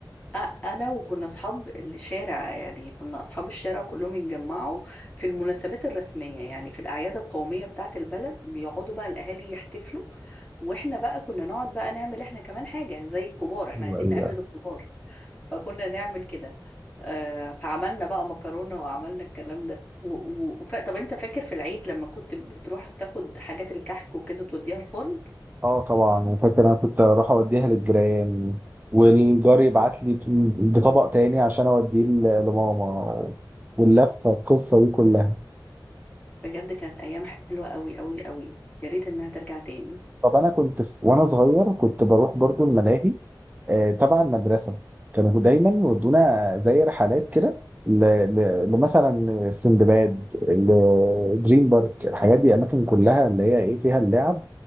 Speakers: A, on the left; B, on the right.
A: أ- انا وكنا اصحاب الشارع يعني كنا اصحاب الشارع كلهم يتجمعوا في المناسبات الرسميه يعني في الاعياد القوميه بتاعه البلد بيقعدوا بقى الاهالي يحتفلوا واحنا بقى كنا نقعد بقى نعمل احنا كمان حاجه زي الكبار احنا
B: أيوه
A: عايزين
B: أيوه
A: نقلد الكبار فكنا نعمل كده آه، فعملنا بقى مكرونة وعملنا الكلام ده و... و... وف... طب انت فاكر في العيد لما كنت بتروح تاخد حاجات الكحك وكده توديها الفرن
B: اه طبعا انا فاكر انا كنت اروح اوديها للجيران والجار يبعت لي بطبق تاني عشان اوديه ل- لماما واللفه القصه دي كلها
A: بجد كانت ايام حلوة قوي قوي قوي يا ريت انها ترجع تاني
B: طب انا كنت في وانا صغير كنت بروح برضو الملاهي آه، تبع المدرسه كانوا دايما يودونا زي رحلات كده ل- ل- لمثلا السندباد دريم بارك الحاجات دي اماكن كلها اللي هي ايه فيها اللعب